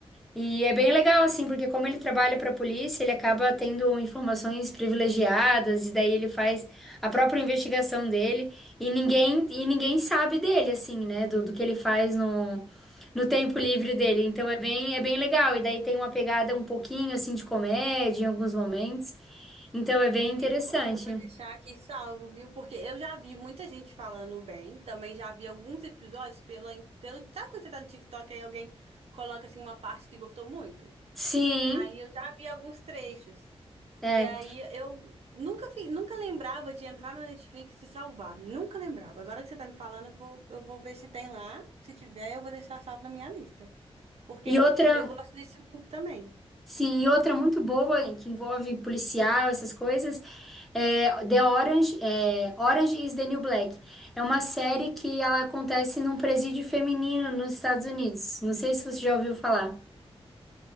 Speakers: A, in the centre; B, on the right (about 80°).
A: E é bem legal, assim, porque como ele trabalha para a polícia, ele acaba tendo informações privilegiadas, e daí ele faz a própria investigação dele, e ninguém, e ninguém sabe dele, assim, né? Do, do que ele faz no, no tempo livre dele. Então é bem, é bem legal, e daí tem uma pegada um pouquinho, assim, de comédia em alguns momentos. Então é bem
B: Ah,
A: interessante.
B: eu vou, eu vou deixar aqui salvo, viu? Porque eu já vi muita gente falando bem. Também já vi alguns episódios pela, pelo. Sabe quando você tá no TikTok e alguém coloca assim uma parte que gostou muito?
A: Sim,
B: Aí eu já vi alguns trechos.
A: é.
B: E aí eu nunca fi- nunca lembrava de entrar na Netflix e salvar. Nunca lembrava. Agora que você tá me falando, eu vou, eu vou ver se tem lá. Se tiver, eu vou deixar salvo na minha lista. Porque
A: E outra.
B: eu gosto desse mundo também.
A: Sim, e outra muito boa e que envolve policial, essas coisas, é The Orange, é Orange is the New Black. É uma série que ela acontece num presídio feminino nos Estados Unidos. Não sei se você já ouviu falar.